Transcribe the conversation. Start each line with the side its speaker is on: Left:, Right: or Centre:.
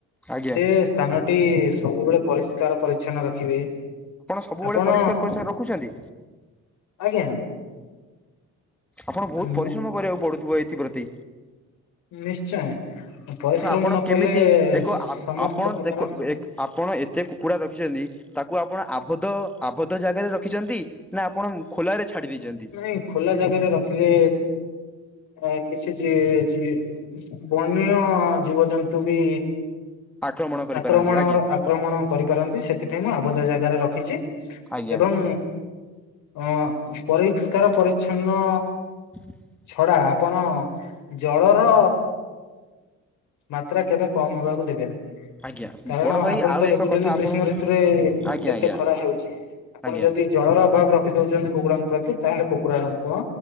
Centre: ଆଜ୍ଞା
Left: ସେ ସ୍ଥାନଟି ସବୁବେଳେ ପରିଷ୍କାର ପରିଚ୍ଛନ୍ନ ରଖିବେ।
Centre: ସବୁବେଳେ
Left: ଆପଣ
Centre: ପରିଷ୍କାର ପରିଚ୍ଛନ୍ନ ରଖୁଛନ୍ତି
Left: ଆଜ୍ଞା।
Centre: ଆପଣ ବହୁତ
Left: ଆମ
Centre: ପରିଶ୍ରମ କରିବାକୁ ପଡୁଥିବ ଏଇଥିପ୍ରତି?
Left: ନିଶ୍ଚୟ। ପରିଶ୍ରମ
Centre: ତ ଆପଣ
Left: ନ କଲେ
Centre: କେମିତି ଏକ ଆପ
Left: ସମସ୍ତ
Centre: ଆ ଆପଣ
Left: ପ୍ରକାର
Centre: ଦେଖ ଏକ୍ ଆପଣ ଏତେ କୁକୁଡ଼ା ରଖିଚନ୍ତି ତାକୁ ଆପଣ ଆବଦ୍ଧ ଆବଦ୍ଧ ଜାଗାରେ ରଖିଚନ୍ତି ନା ଆପଣ ଖୋଲାରେ ଛାଡ଼ି ଦେଇଛନ୍ତି
Left: ନାଇଁ ଖୋଲା ଜାଗାରେ ରଖିଲେ ଏ କିଛି ଯିଏ ଯିଏ ବଣୀୟ ଜୀବଜନ୍ତୁ ବି
Centre: ଆକ୍ରମଣ କରିପାରନ୍ତି
Left: ଆକ୍ରମଣ
Centre: ଆଜ୍ଞା
Left: ଆକ୍ରମଣ କରିପାରନ୍ତି ସେଥିପାଇଁ ମୁଁ ଆବଦ୍ଧ ଜାଗାରେ ରଖିଚି।
Centre: ଆଜ୍ଞା
Left: ଏବଂ ଅ ପରିଷ୍କାର ପରିଚ୍ଛନ୍ନ
Centre: <inaudible>
Left: ଖଡା ଆପଣ ଜଳର ମାତ୍ରା କେବେ କମ ହବାକୁ ଦେବେନି।
Centre: ଆଜ୍ଞା
Left: କାରଣ
Centre: ବଡ଼ ଭାଇ
Left: ଆପଣ
Centre: ଆଉ
Left: ତ ଦେଖୁଚନ୍ତି
Centre: ଏକ କଥା
Left: ଗ୍ରୀଷ୍ମ
Centre: ଆପଣ
Left: ଋତୁରେ
Centre: ଆଜ୍ଞା
Left: କେତେ
Centre: ଆଜ୍ଞା
Left: ଖରା ହେଉଚି। ଆପଣ
Centre: ଆଜ୍ଞା
Left: ଯଦି ଜଳର ଅଭାବ ରଖି ଦଉଚନ୍ତି କୁକୁଡ଼ାଙ୍କ ପାଇଁ ତାହେଲେ କୁକୁରଡ଼ାଙ୍କ